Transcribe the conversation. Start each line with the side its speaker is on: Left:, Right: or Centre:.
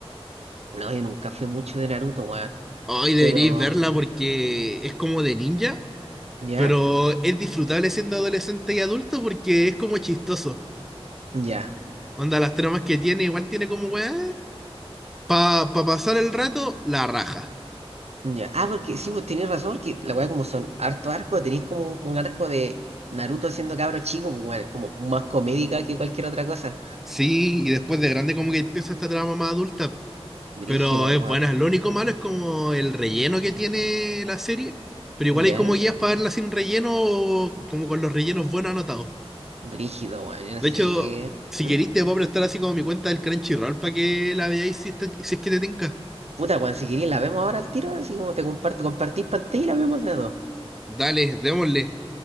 Right: No, yo nunca fui mucho de Naruto, weón.
Centre: Hoy deberíais
Right: Pero,
Centre: verla porque es como de ninja,
Right: ¿ya?
Centre: pero es disfrutable siendo adolescente y adulto porque es como chistoso.
Right: Ya,
Centre: Onda, las tramas que tiene, igual tiene como weá Para pasar el rato, la raja.
Right: ya. Ah, porque sí, vos tenés razón, que la weá como son harto arco, tenéis como un arco de Naruto siendo cabro chico, pues, weón, como más comédica que cualquier otra cosa.
Centre: Sí, y después de grande como que empieza esta trama más adulta, po.
Right: Brígido,
Centre: pero es
Right: weón.
Centre: buena. Lo único malo es como el relleno que tiene la serie, pero igual
Right: ¿Ya?
Centre: hay como guías para verla sin relleno o como con los rellenos buenos anotados.
Right: Brígido, weón. Yo no
Centre: De
Right: sé
Centre: hecho,
Right: qué.
Centre: si
Right: ¿Mm?
Centre: querís te puedo prestar así como mi cuenta del Crunchyroll para que la veáis si, te- si es que te tinca.
Right: Puta, weón, si querés la vemos ahora al tiro, así como te comparto, compartís pantalla y la vemos de a dos.
Centre: Dale, démosle.